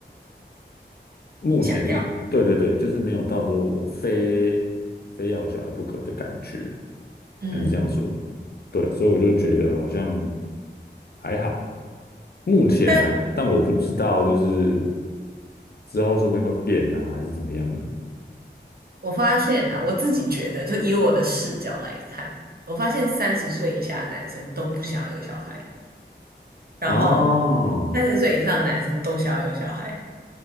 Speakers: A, on the left; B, on the right.
A: 目前就是对对对，
B: 想要，
A: 就是没有到说我非非要有小孩不可的感觉，
B: 嗯，
A: 还是这样说。对，所以我就觉得好像还好，目前呢、
B: 但
A: 啊但我不知道就是之后说不定会变啊，还是怎么样的。
B: 我发现啊，我自己觉得，就以我的视角来看，我发现三十岁以下的男生都不想要有小孩，然后
A: 哦
B: 三十岁以上的男生都想要有小孩。